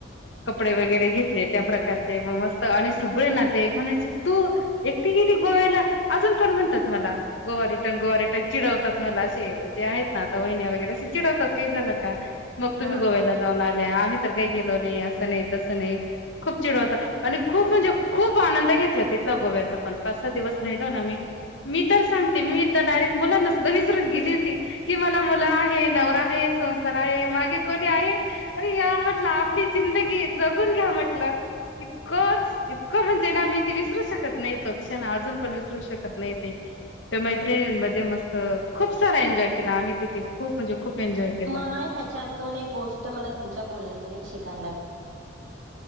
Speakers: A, on the left; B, on the right.
A: कपडे वगैरे घेतले, त्या प्रकारचे मग मस्त आणि सगळे नातेवाईक म्हणायचे तू एकटी गेली गोव्याला अजून. पर <unintelligible> मला गोवा रिटर्न, गोवा रिटर्न, चिडवतात, मला असे जे आहेत ना आता वहिन्या वगैरे असे चिडवतात, काही झालं का. मग तुम्ही
B: हा
A: गोव्याला जाणार. आम्ही तर काही गेलो नाही, असं नाही तसं नाही खूप चिड होत आणि खूप म्हणजे खूप आनंद घेतला तिथला गोव्याचा पण पाच सात दिवस राहिलो ना आम्ही मी तर सांगते, मी एकदा डायरेक्ट मुलांना सुद्धा विसरून गेली होती, की मला मुलं आहे नवरा आहे संसार आहे मागे कोणी आहे. अरे यार म्हटलं? आपली जिंदगी जगून घ्या म्हटलं इतकंच इतकं म्हणजे, ना मी ती विसरू शकत नाहीत क्षण अजून पण विसरू शकत नाही ते त्या मैत्रणींमध्ये मस्त खूप सारा एन्जॉय केला आम्ही, तिथे खूप म्हणजे खूप एन्जॉय केला.
B: नाही ह्याच्यातून एक गोष्ट मला तुमच्या बोलण्यातून एक शिकायला